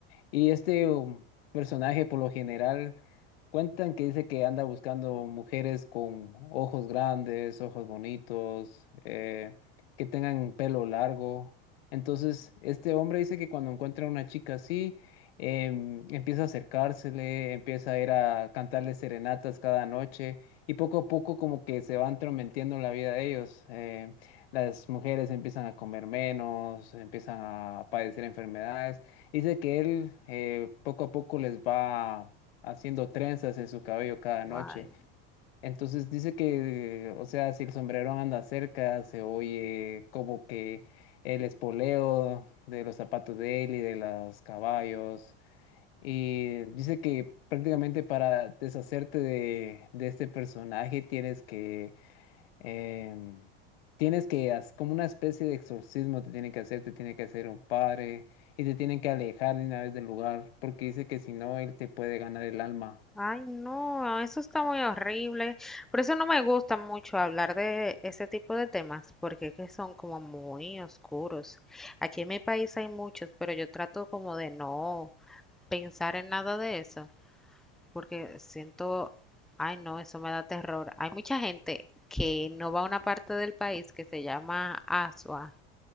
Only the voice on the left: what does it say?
Y este um, personaje, por lo general, cuentan que dice que anda buscando mujeres con ojos grandes, ojos bonitos, eh, que tengan pelo largo. Entonces, este hombre dice que cuando encuentra una chica así, em, empieza a acercársele, empieza a ir a cantarle serenatas cada noche y poco a poco como que se va entrometiendo en la vida de ellos. Eh, las mujeres empiezan a comer menos, empiezan a padecer enfermedades. Dice que él eh, poco a poco les va haciendo trenzas en su cabello cada noche.
Entonces dice que, o sea, si el sombrero anda cerca, se oye como que el espoleo de los zapatos de él y de los caballos. Y dice que prácticamente para deshacerte de, de este personaje tienes que eh, tienes que, haz- como una especie de exorcismo te tiene que hacer, te tiene que hacer un padre y te tienen que alejar de una vez del lugar, porque dice que si no, él te puede ganar el alma.